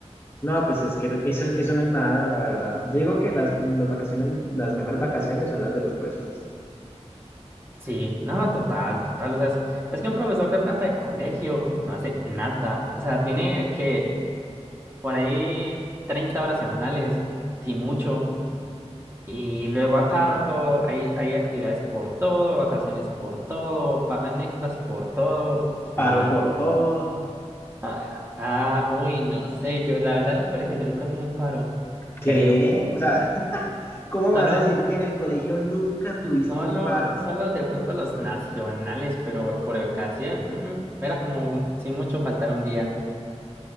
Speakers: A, on the left (about 20°); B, on the right (about 20°).
A: No, pues es que eso, eso no es nada, la verdad. Yo digo que las, las vacaciones, las mejores vacaciones son las de los profesores.
B: Sí, no, total, total. O sea, es, es que un profesor de planta de colegio no hace nada. O sea, tiene que por ahí 30 horas semanales, si mucho. Y luego a cada rato hay, hay actividades por todo, vacaciones por todo, pagan extras por todo.
A: Paro
B: Re bien.
A: por todo.
B: Ah, ah, ah, uy, no sé. Yo, la verdad, en el colegio yo nunca tuve un paro,
A: ¿Qué?
B: creo.
A: O sea, <laughs> ¿cómo vas
B: Solo,
A: a decir que en el colegio nunca tuviste
B: solo,
A: un paro?
B: solo de pronto los nacionales, pero por educación, mm, mm, era como sin mucho faltar un día.